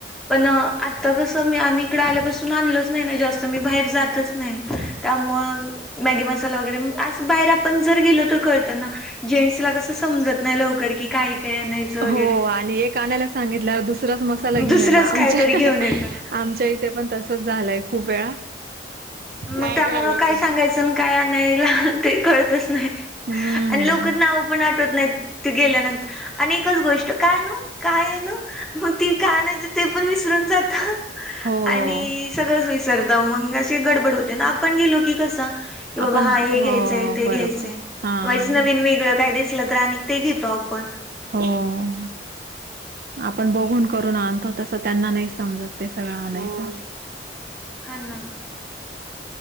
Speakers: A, in the centre; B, on the right.
A: पण आता कसं मी आम्ही इकडं आल्यापासून आणलच नाही ना जास्त मी बाहेर जातचं नाही त्यामुळं हो मॅगी मसाला वगैरे असं बाहेर आपण जर गेलं तर कळत ना जेन्टस ला कसं समजत नाही लवकर की काय? काय आणायचं वगैरे
B: हो आणि एक आणायला सांगितलं दुसरंच मग घेऊन
A: दुसरंच
B: या दा आमच्या
A: कायतरी घेऊन येतात
B: आमच्या इथे पण तसच झालंय खूप वेळा.
A: मग
B: नाही
A: त्यामुळं
B: झालं
A: काय
B: तस.
A: सांगायचं आणि काय आणायला ते कळतच नाही.
B: हम्म
A: आणि लोक नाव पण आठवत नाहीत ते गेल्यानंतर आणि एकच गोष्ट काय आनु? काय आनु मग ती काय आणायची ते पण विसरून जात.
B: हो
A: आणि सगळंच विसरत मंग अशी गडबड होते ना आपण गेलो की कस.. की बाबा
B: आपण
A: हा हे
B: हो
A: घ्यायचंय ते
B: बरोबर
A: घ्यायचंय
B: हा.
A: वाईच नवीन वेगळं काही दिसलं तर ते घेतो. हो पण.
B: हो. आपण बघून करून आणतो तसं त्यांना नाही समजत ते सगळं आणायचं.
A: हा ना